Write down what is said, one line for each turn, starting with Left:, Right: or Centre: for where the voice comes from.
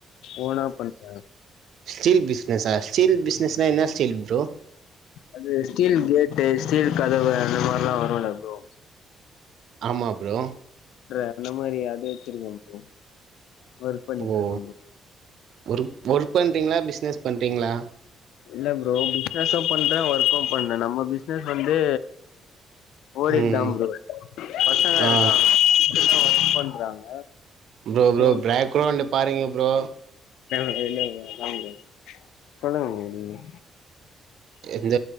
Left: ஓனா பண்றே
Right: ஸ்டீல் பிஸினஸா ஸ்டீல் பிஸினஸ்னா என்ன ஸ்டீல் ப்ரோ
Left: அது ஸ்டீல் கேட்டு ஸ்டீல் கதவு அந்த மாரில்லா வருல்ல ப்ரோ
Right: ஆமா ப்ரோ
Left: ற அந்த மாரி அது வச்சிருக்க ப்ரோ ஒர்க் பண்ணிட்ருக்க
Right: ஓ
Left: ப்ரோ
Right: ஒர்க் ஒர்க் பண்ணுறிங்ளா பிஸ்னஸ் பண்றிங்ளா
Left: இல்ல ப்ரோ பிஸினஸு பண்றே ஒர்க்கு பண்றே நம்ம பிஸினஸ் வந்து ஓடிட்டுதா
Right: ம்
Left: ப்ரோ இருக்கு பசங்க
Right: ஆ
Left: இருக்காங்க எல்லா ஒர்க் பண்றாங்க
Right: ப்ரோ
Left: சோ
Right: ப்ரோ ப்ரேக்ரௌண்டு பாருங்க ப்ரோ
Left: அ என்னா ப்ரோ அதா ப்ரோ சொல்லுங்க ப்ரோ நீங்க
Right: எந்த